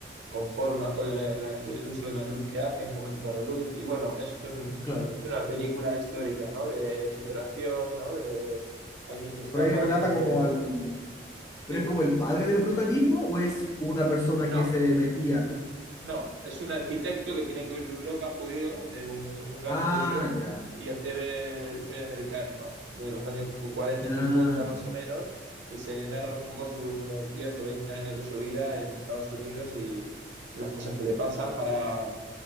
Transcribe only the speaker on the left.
claro.
Pero ahí relata
como al... ¿Pero
es como el padre del brutalismo o es una persona que
se metía?
Ah,
ya.
Ah,